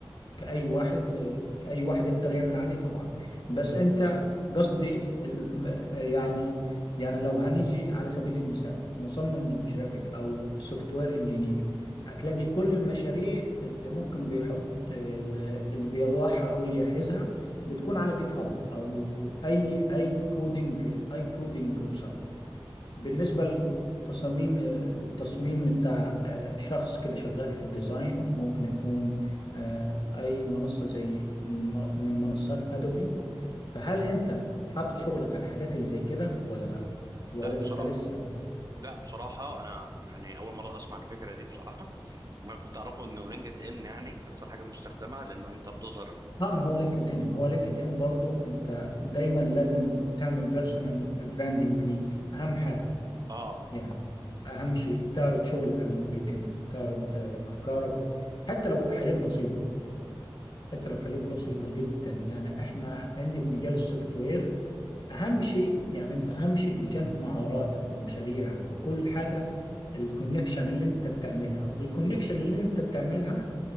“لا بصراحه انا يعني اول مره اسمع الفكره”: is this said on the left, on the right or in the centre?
Right